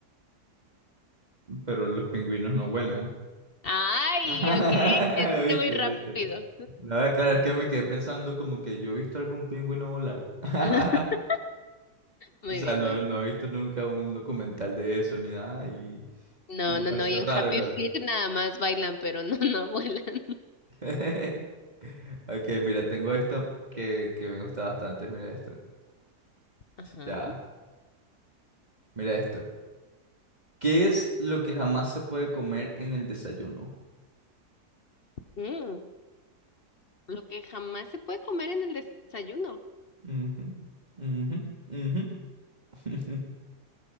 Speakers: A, on the right; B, on the left.
A: Pero los pingüinos no vuelan.
B: Ay,
A: <laughs>
B: ok, le diste
A: ¿Viste,
B: muy rápido.
A: viste? Nada, claro, es que me quedé pensando como que yo he visto algún pingüino volar. <laughs>
B: <laughs> Muy
A: O sea,
B: bien,
A: no,
B: muy bien.
A: no he visto nunca un documental de eso ni nada y,
B: No,
A: y me
B: no,
A: pareció
B: no, y en
A: raro,
B: Happy
A: claro.
B: Feet nada más bailan, pero no, no vuelan.
A: <laughs> Ok, mira, tengo esto que, que me gusta bastante. Mira esto.
B: Ajá.
A: Ya, mira esto. ¿Qué es lo que jamás se puede comer en el desayuno?
B: Mm, Lo que jamás se puede comer en el desayuno.
A: Ujú, ujú, ujú. <laughs>